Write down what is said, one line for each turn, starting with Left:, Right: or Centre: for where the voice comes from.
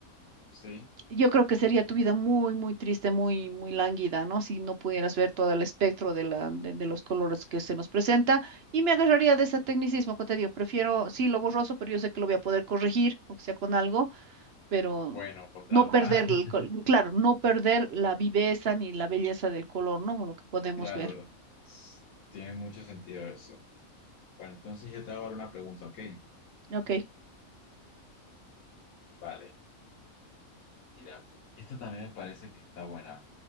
Left: sí.
Right: yo creo que sería tu vida muy, muy triste, muy, muy lánguida, ¿no? Si no pudieras ver todo el espectro de la, de, de los colores que se nos presenta. Y me agarraría de ese tecnicismo que te digo, prefiero, sí, lo borroso, pero yo sé que lo voy a poder corregir, o sea, con algo pero
Left: Bueno, con trampa.
Right: no perder,
Left: <laughs>
Right: el col- claro, no perder la viveza ni la belleza del color, ¿no? Lo que podemos
Left: Claro,
Right: ver.
Left: s- tiene mucho sentido eso. Bueno, entonces yo te hago ahora una pregunta, ¿ok?
Right: Ok,
Left: Vale. Mira, Esta también me parece que está buena.